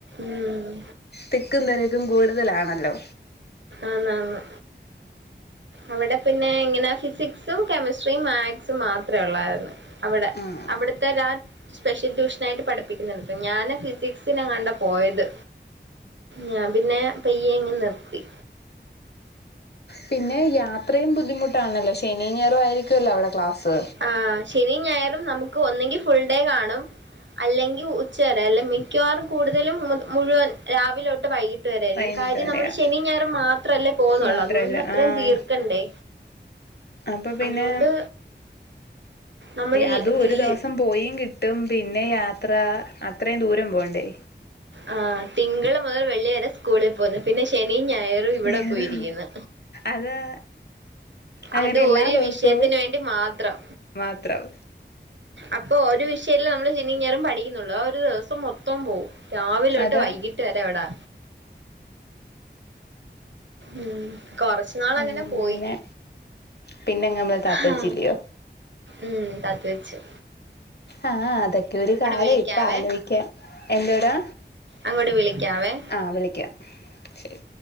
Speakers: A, on the right; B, on the left.
A: ഉം
B: തിക്കും തിരക്കും കൂടുതലാണല്ലോ
A: ആന്ന് ണ് അവിടെ പിന്നെ ഇങ്ങനെ ഫിസിക്സും കെമിസ്ട്രിയും മാക്സും മാത്രമേ ഉള്ളായിരുന്നു അവിടെ
B: ആഹ്
A: അവിടുത്തെ ദാ സ്പെഷ്യൽ ട്യൂഷനയിട്ട് പഠിപ്പിക്കുന്ന ഞാന് ഫിസിക്സിനെങ്ങാണ്ടാ പോയത് ഞാ പിന്നെ പയ്യെ അങ്ങ് നിർത്തി
B: പിന്നെ യാത്രയും ബുദ്ധിമുട്ടാണല്ലോ ശനിഞായറും ആയിരിക്കുമല്ലോ അവിടെ ക്ലാസ്സ്
A: ആഹ് ശനി ഞായരും നമുക്ക് ഒന്നെങ്കി ഫുൾ ഡേ കാണും അല്ലെങ്കിൽ ഉച്ചവരെ അല്ല മിക്കവാറും കൂടുതലും മുഴുവൻ രാവിലോട്ട് വൈകിട്ട വരെയായിരിക്കും
B: വൈകിട്ട്
A: കാര്യം
B: വരെയാ
A: നമ്മുടെ ശനി ഞയറും മാത്രല്ലേ പോകുന്നുള്ളൂ
B: മാത്രല്ല
A: അതുകൊണ്ട് അത്രയും
B: ആഹ്
A: തീർക്കണ്ടേ
B: അപ്പൊ പിന്നെ
A: അതുകൊണ്ട് നമ്മളിൽ
B: അതും ഒരു
A: ഈ
B: ദിവസം പോയി കിട്ടും പിന്നെ യാത്ര അത്രയും ദൂരം പോണ്ടേ
A: ആഹ് തിങ്കൾ മുതൽ വെള്ളി വരെ സ്കൂളിൽ പോന്നു പിന്നെ ശനിയും ഞായറും ഇവിടെ
B: ഞായറ്
A: പോയിരിക്കുന്നു
B: അതാ അങ്ങനെ
A: അത്
B: എല്ലാ
A: ഒരു
B: ദിവസവും
A: വിഷയത്തിന് വേണ്ടി മാത്രം
B: മാത്രം
A: അപ്പൊ ഒരു വിഷയല്ല നമ്മള് ശനിം ഞായറും പഠിക്കുന്നുള്ളൂ ആ ഒരു ദിവസം മൊത്തം പോവും രാവിലെ തൊട്ട്
B: അതാ
A: വൈകിട്ട് വരെ അവിടാ ഉംമ് കൊറച്ച് നാളങ്ങനെ
B: അങ്ങനെ
A: പോയി
B: പിന്നെ നമ്മളെ താത്തച്ചില്ലയോ
A: ഹാ ഉം തത്ത് വെച്ചു
B: ആഹ് അതൊക്കെ ഒരു കാലം
A: വിളിക്കാവേ
B: ഇപ്പ ആലോയിക്കാം എന്തോടാ
A: അങ്ങോട്ട് വിളിക്കാവേ
B: ആഹ് വിളിക്കാം ശരി